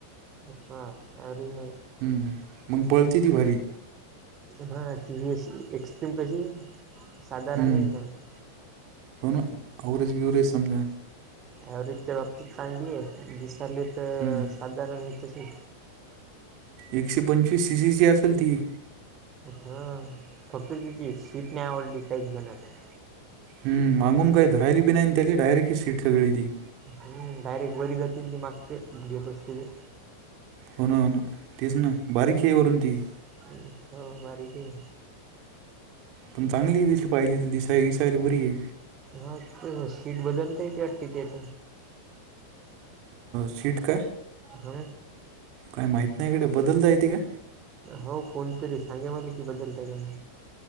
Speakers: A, on the right; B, on the right.
A: हो का एवरेज नाही.
B: हम्म मग पळती ती भारी.
A: हां ती ही अशी एक्सट्रीम कशी. साधारण
B: हम्म
A: हे म्हणजे?
B: हो ना आवरेज गिवरेज समजा
A: एव्हरेज च्या बाबतीत चांगली आहे दिसायला तर
B: हम्म
A: साधारण आहे तशी.
B: एकशे पंचवीस सीसीची असेल ती.
A: हां फक्त तिची सीट नाही आवडली काहीएक जणांना.
B: हम्म मांगून काय धरायली बी नाही अन त्याले डायरेक्ट ही सीट सगळी ती.
A: हम्म डायरेक्ट वरी जाती अन ती मागचे गप्प बसते ते.
B: हो ना हो ना तेच ना बारीक हे वरून ती.
A: हम्म हा बारीकय.
B: पण चांगली दिसी पाहिजे तर दिसाय दिसायला पोरगी.
A: ह तेस शीट बदलता य ते वाट त्याच
B: सीट का
A: हा
B: काय माहत नाही गड्या. बदलता येते का?
A: हो कोणतरी सांगे मला की बदल द का मी